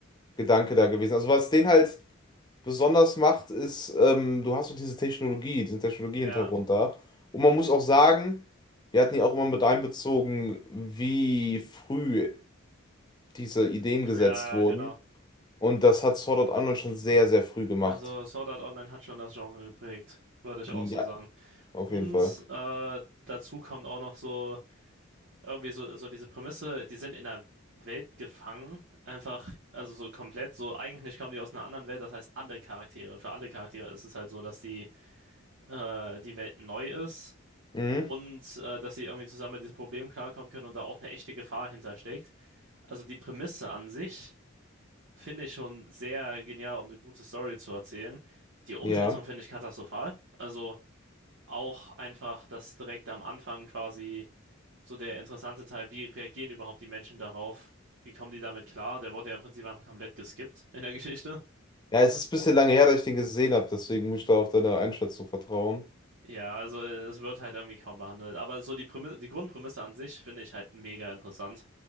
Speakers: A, on the left (about 20°); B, on the right (about 65°).
A: Gedanke da gewesen. Also was den halt besonders macht, ist, ähm, du hast so diese Technologie, diesen Technologiehintergrund
B: Ja,
A: da. Und man muss auch sagen, wir hatten ja auch immer mit einbezogen, wie früh diese Ideen gesetzt
B: ja,
A: wurden.
B: ja, genau.
A: Und das hat Sword Art Online schon sehr, sehr früh gemacht.
B: Also Sword Art Online hat schon das Genre geprägt, würde ich auch
A: Ja,
B: so sagen.
A: auf
B: Und
A: jeden Fall.
B: äh, dazu kommt auch noch so irgendwie so, so diese Prämisse, die sind in einer Welt gefangen, einfach, also so komplett, so eigentlich kommen die aus einer anderen Welt, das heißt alle Charaktere, für alle Charaktere ist es halt so, dass die, äh, die Welt neu ist
A: Mhm.
B: und äh, dass sie irgendwie zusammen mit diesem Problem klarkommen können und da auch eine echte Gefahr hintersteckt. Also die Prämisse an sich finde ich schon sehr genial, um eine gute Story zu erzählen. Die Umsetzung
A: Ja.
B: finde ich katastrophal, also auch einfach, dass direkt am Anfang quasi so der interessante Teil, wie reagieren überhaupt die Menschen darauf? Wie kommen die damit klar? Der wurde ja im Prinzip einfach komplett geskippt in der Geschichte.
A: Ja, es ist ein bisschen lange her, dass ich den gesehen habe, deswegen muss ich da auf deine Einschätzung vertrauen.
B: Ja, also es wird halt irgendwie kaum behandelt. Aber so die Prämisse, die Grundprämisse an sich finde ich halt mega interessant.